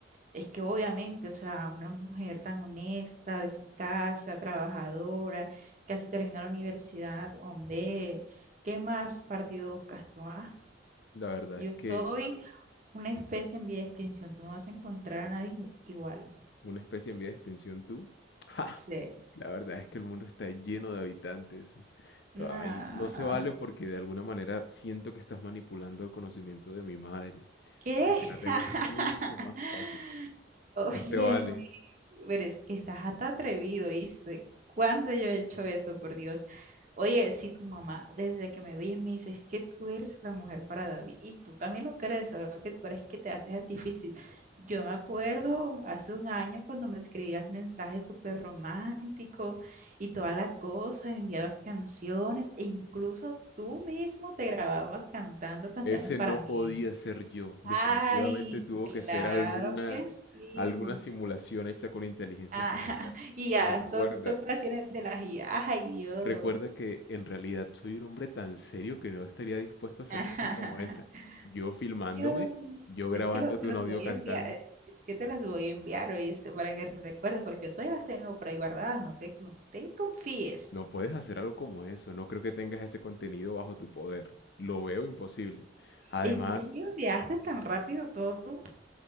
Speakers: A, on the right (about 40°); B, on the left (about 60°).
A: es que obviamente, o sea, una mujer tan honesta, de su casa, trabajadora, casi termina la universidad, hombre, ¿qué más partido buscas tú? ah?
B: La verdad
A: Yo
B: es que
A: soy Sí. una especie en vía de extinción, tú no vas a encontrar a nadie igual.
B: una especie en vía de extinción tú. ¡Ja!
A: Sí.
B: La verdad es que el mundo está lleno de habitantes. Ay,
A: Nah.
B: no se vale porque de alguna manera siento que estás manipulando el conocimiento de mi madre
A: ¿Qué?
B: para que la tengas
A: <laughs>
B: mucho más fácil.
A: Oye,
B: No se vale.
A: Pero es que estás hasta atrevido, ¿viste? ¿Cuándo yo he hecho eso, por Dios? Oye, si tu mamá desde que me veías me dice, es que tú eres la mujer para David y tú también lo crees, solo que tú eres que te haces el difícil. Yo me acuerdo hace un año cuando me escribías mensajes súper románticos y toda la cosa, y me enviabas canciones e incluso tú mismo te grababas cantando canciones
B: Ese
A: para
B: no
A: mí.
B: podía ser yo. Definitivamente
A: Ay,
B: tuvo
A: claro
B: que ser alguna,
A: que sí.
B: alguna simulación hecha con inteligencia
A: Ah,
B: artificial.
A: <laughs> y ya,
B: Recuerda,
A: son, son creaciones de las IA. Ay, Dios.
B: recuerda que en realidad soy un hombre tan serio que no estaría dispuesto a hacer
A: <laughs>
B: cosas como esa. Yo filmándome,
A: Yo
B: yo grabándote
A: Es que lo- te
B: un
A: los
B: audio
A: voy
B: cantando.
A: a enviar, es, es que te las voy a enviar, ¿oíste? Para que recuerdes, porque yo todavía las tengo por ahí guardadas, no te, no te confíes.
B: No puedes hacer algo como eso. No creo que tengas ese contenido bajo tu poder. Lo veo imposible. Además,
A: ¿En serio enviaste tan rápido todo?